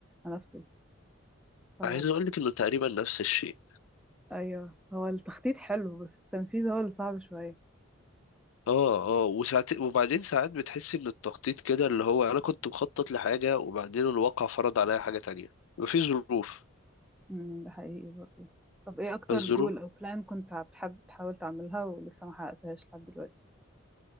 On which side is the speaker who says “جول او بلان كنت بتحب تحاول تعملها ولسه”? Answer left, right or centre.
Centre